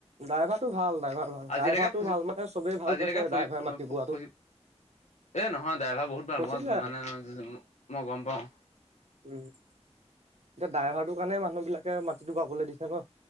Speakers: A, on the right; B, on the left.
A: ড্ৰাইভাৰটো ভাল ড্ৰাইভাৰ ভাল
B: আজিলৈকে
A: ড্ৰাইভাৰটো
B: ফুচি
A: ভাল মানে চবেই ভাল
B: আজিলৈকে
A: পাইছে
B: ফু
A: ড্ৰাইভাৰ মাটি বৱটো।
B: ফুচি এ নহয় ড্ৰাইভাৰ বহুত ভাল।
A: ফচিলে
B: মই মানে মই গম পাওঁ।
A: উম। এই ড্ৰাইভাৰটো কাৰণে মানুহ বিলাকে মাটিটো বাৱলৈ দিছে ন।